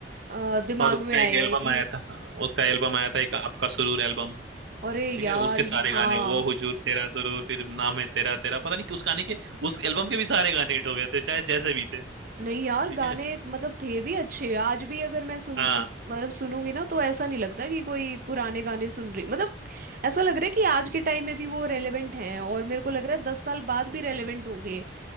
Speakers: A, on the right (about 50°); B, on the right (about 75°).
A: अ, दिमाग
B: और उसका
A: में आए
B: एक
A: हैं
B: एल्बम
A: कि
B: आया था हाँ, उसका एल्बम आया था एक आपका सुरूर एल्बम
A: अरे यार
B: ठीक है उसके
A: ये-
B: सारे
A: हाँ
B: गाने वो हुजूर तेरा सुरूर फिर नाम है तेरा तेरा पता नहीं कि उस गाने के उस एल्बम के भी सारे गाने हिट हो गए थे चाहे जैसे भी थे
A: नहीं यार
B: ठीक
A: गाने
B: है
A: मतलब थे भी अच्छे आज भी अगर मैं सुन
B: हाँ
A: मतलब सुनूंगी ना तो ऐसा नहीं लगता कि कोई पुराने गाने सुन रही मतलब ऐसा लग रहा है कि आज के टाइम में भी वो रेलेवेंट हैं और मेरे को लग रहा है दस साल बाद भी रेलेवेंट होंगे